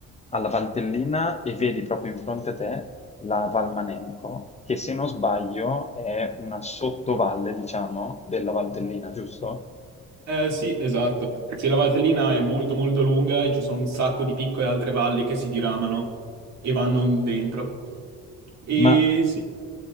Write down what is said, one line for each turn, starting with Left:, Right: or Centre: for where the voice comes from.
Left: alla Valtellina e vedi proprio in fronte a te la Val Manenco, che se non sbaglio è una sottovalle, diciamo, della Valtellina, giusto?
Right: Eh sì, esatto. Sì, la Valtellina è molto molto lunga e ci sono un sacco di piccole altre valli che si diramano e vanno in dentro. E
Left: Ma
Right: sì.